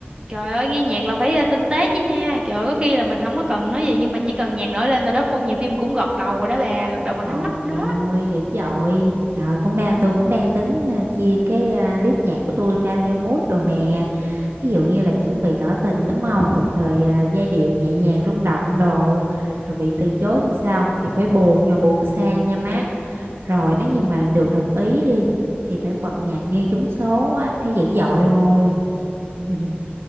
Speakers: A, on the right (about 25°); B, on the right (about 65°).
A: trời ơi nghe nhạc là phải ờ, tinh tế chứ ha trời ơi, có khi là mình không có cần nói gì nhưng mà chỉ cần nhạc nổi lên là đối phương nhiều khi cũng gật đầu rồi đó bà gật đầu bằng
B: ôi
A: ánh mắt đó
B: dữ dội trời cũng đang
A: Ừ.
B: tôi cũng đang tính à, chia cái à, list nhạc của tôi ra theo mood đồ nè thí dụ như là chuẩn bị tỏ tình đúng không rồi à, giai điệu nhẹ nhàng rung động đồ rồi bị từ chối làm sao thì phải buồn nhưng mà buồn sang nha má rồi nếu như mà được đồng ý đi thì phải bật nhạc nghe trúng số á thấy dữ dội không <laughs>